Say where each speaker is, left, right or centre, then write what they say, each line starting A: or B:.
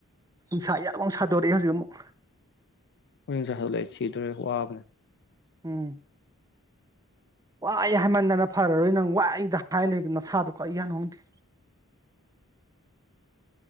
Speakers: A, on the right; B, on the left.
A: ꯅꯨꯡꯁꯥ ꯏ ꯌꯥ ꯑꯃꯥꯎ ꯁꯥꯗꯣꯔꯛꯑꯦ ꯍꯧꯖꯤꯛ ꯑꯃꯨꯛ
B: ꯎ ꯆ ꯂꯩ ꯁꯤꯗꯔ ꯋꯥꯕꯅꯦ
A: ꯎꯝ ꯋꯥꯏ ꯍꯥꯏꯃꯟꯗꯅ ꯐꯔꯔꯣꯏ ꯅꯪ ꯋꯥꯏꯗ ꯍꯥꯏꯂꯦ ꯅꯁꯥꯗꯨꯣ ꯀ ꯏ ꯌꯥꯅꯅꯨꯡꯪꯗꯦ